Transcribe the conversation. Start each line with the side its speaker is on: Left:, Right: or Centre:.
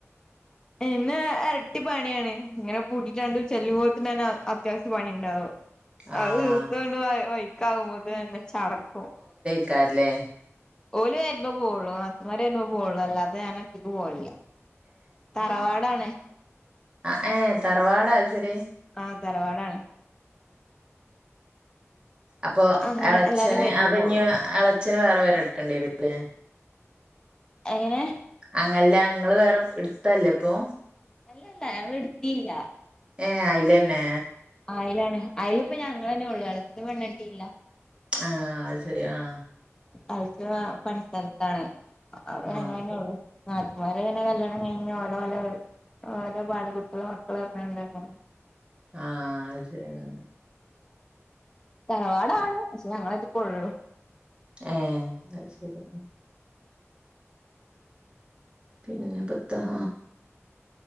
Left: എന്നെ എരട്ടി പണിയാണ് ഇങ്ങനെ പൂട്ടിട്ടാണ്ട് ചെല്ലുംമ്പോത്തിനന്നെ അത്യാവശ്യം പണിണ്ടാവും
Right: ആഹ്
Left: അത് തീർത്താണ്ട് വൈ വൈക്കാവുമ്പോത്തിനന്നെ ചടക്കും
Right: ക്കാര്ലേ
Left: ഓല് വരുമ്പൊ പോവുള്ളൂ നാത്തുമാര് വരുമ്പൊ പോവുള്ളൂ അല്ലാതെ ഞാനൊറ്റക്ക് പോവലില്ല തറവാടാണ്
Right: അ ഏ തറവാടാ അയത്ശരി
Left: ആ തറവാടാണ്
Right: അപ്പൊ
Left: അങ്ങനെ
Right: എളച്ചന്
Left: എല്ലാരും വരുമ്പോ
Right: അപ്പഞ്ഞ്
Left: പോവുള്ളൂ
Right: എളച്ചന് വേറെ പേരെ എട്ക്കണ്ട് യരൂല്ലേ
Left: എങ്ങനെ
Right: അങ്ങല്ല ഇങ്ങള് വേറെ ഇട്ത്തല്ലേപ്പൊ
Left: അല്ലല്ല ഞങ്ങള് ഇട്ത്തീല്ല
Right: ഏ അയില്ലെന്ന
Left: അയ്ലാണ് അയല് അപ്പൊ ഞങ്ങന്നെ ഉള്ളൂ ഇളച്ചൻ പെണ്ണ് കെട്ടീല്ല
Right: ആഹ അത് ശരി ആഹ്
Left: അഴ്ച പണിസ്ഥലത്താണ് അപ്പോ
Right: അത്
Left: ഞങ്ങൾ തന്നെയെളു
Right: ശരി
Left: ഇവരെ എങ്ങനെ കല്യാണം കഴിഞ്ഞഞ് ഓലോ ഓല ഓലോ ഭാര്യ കുട്ടികും മക്കൾ എന്ന് പറഞ്ഞ് കൊണ്ട്
Right: ആഹ അത് ശരിയാ
Left: തറവാടാണ് പക്ഷെ ഞങ്ങൾ അതി തെ കൊള്ളു
Right: ഏ അത് ശരി പിന്നെ പത്തഹ